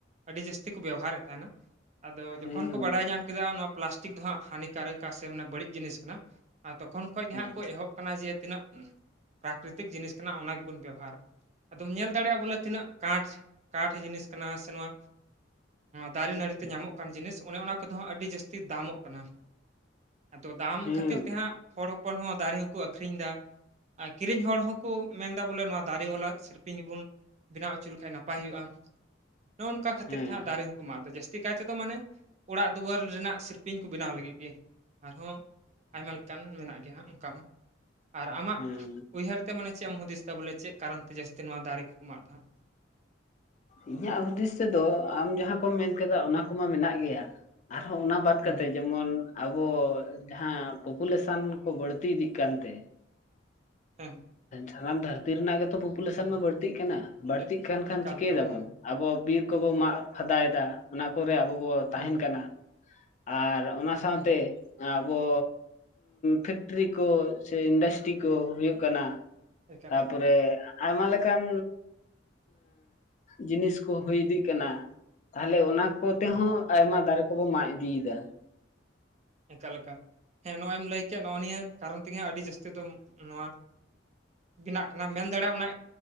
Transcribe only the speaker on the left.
ᱦᱮᱸ
ᱜᱚᱝᱠᱮ
ᱦᱮᱸ
ᱦᱮᱸ
ᱦᱮᱸ
ᱦᱮᱸ
ᱤᱧᱟᱹᱜ ᱦᱩᱫᱤᱥ ᱛᱮᱫᱚ ᱟᱢ ᱡᱟᱦᱟᱸ ᱠᱚᱢ ᱢᱮᱱ ᱠᱮᱫᱟ ᱚᱱᱟ ᱠᱚᱢᱟ ᱢᱮᱱᱟᱜ ᱜᱮᱭᱟ ᱟᱨᱦᱚᱸ ᱚᱱᱟ ᱠᱚ ᱵᱟᱫ ᱠᱟᱛᱮ
ᱡᱮᱢᱚᱱ ᱟᱵᱚ ᱡᱟᱦᱟᱸ ᱯᱚᱯᱩᱞᱮᱥᱚᱱ ᱠᱚ ᱵᱟᱹᱲᱛᱤ ᱤᱫᱤᱜ ᱠᱟᱱᱛᱮ
ᱥᱟᱱᱟᱢ ᱫᱷᱟᱹᱨᱛᱤ ᱨᱮᱱᱟᱜ ᱜᱮᱛᱚ ᱯᱚᱯᱩᱞᱮᱥᱚᱱ ᱢᱟ ᱵᱟᱹᱲᱛᱤᱜ ᱠᱟᱱᱟ ᱵᱟᱹᱲᱛᱤ
ᱠᱟᱱ ᱠᱷᱟᱱ
ᱪᱤᱠᱟᱹᱭ
ᱫᱟᱵᱚᱱ
ᱟᱵᱚ ᱵᱤᱨ ᱠᱚᱵᱚ ᱢᱟᱜ ᱯᱷᱟᱫᱟᱭ ᱮᱫᱟ ᱚᱱᱟ ᱠᱚᱨᱮ ᱟᱵᱚ ᱵᱚ ᱛᱟᱦᱮᱱ
ᱠᱟᱱᱟ ᱾ ᱟᱨ ᱚᱱᱟ ᱥᱟᱶᱛᱮ
ᱟᱵᱚ ᱯᱷᱮᱠᱴᱨᱤ ᱠᱚ ᱥᱮ ᱤᱱᱰᱟᱥᱴᱨᱤ ᱠᱚ ᱦᱳᱭᱳᱜ ᱠᱟᱱᱟ ᱾
ᱛᱟᱯᱚᱨᱮ ᱟᱭᱢᱟ ᱞᱮᱠᱟᱱ ᱡᱤᱱᱤᱥ ᱠᱚ ᱦᱩᱭ ᱤᱫᱤᱜ ᱠᱟᱱᱟ ᱾ ᱛᱟᱦᱚᱞᱮ ᱚᱱᱟ ᱠᱚᱛᱮ
ᱦᱚᱸ
ᱟᱭᱢᱟ ᱫᱟᱨᱮ ᱠᱚᱵᱚ ᱢᱟᱜ ᱤᱫᱤᱭ ᱮᱫᱟ ᱾